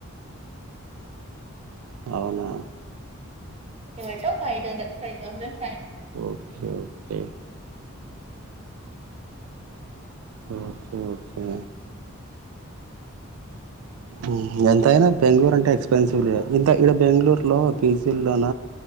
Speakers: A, on the right; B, on the right.
A: అవునా
B: లేదంటే five ten five thousand
A: okay okay okay okay మ్ ఎంతయినా బెంగళూరు అంటే ఎక్స్పెన్సివ్ లే ఇంత ఈడ బెంగళూరులో పీజీల్లోన